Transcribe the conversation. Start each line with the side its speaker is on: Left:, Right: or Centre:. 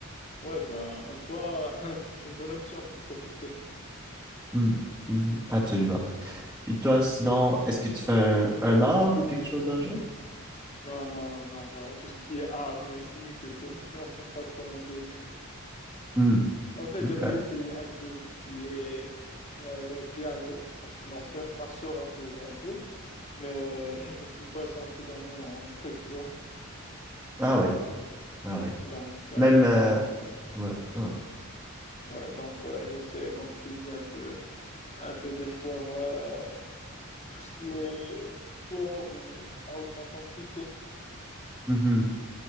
Left: ouais, ben, en soi, <laughs> c'est une bonne option pour profiter.
Centre: Mm, mhm, absolument. Puis toi, sinon, est-ce que tu fais un, un art ou quelque chose dans le genre?
Left: Non, non, genre, euh, tout ce qui est art, musique et tout, <laughs> non, c'est pas trop mon délire.
Centre: Hmm,
Left: En fait,
Centre: OK.
Left: j'avais essayé un peu tout ce qui est euh, piano parce que ma, fe- ma sœur en faisait un peu. Mais <laughs> je me suis pas senti dans mon truc, tu vois.
Centre: Ah oui, ah oui.
Left: Donc, euh,
Centre: Même, euh, ouais, ah oui.
Left: ouais, donc euh, j'essaie, comme je t'ai dit, un peu, un peu de faire euh, tout ce qui est sport ou à haute intensité.
Centre: Mhm.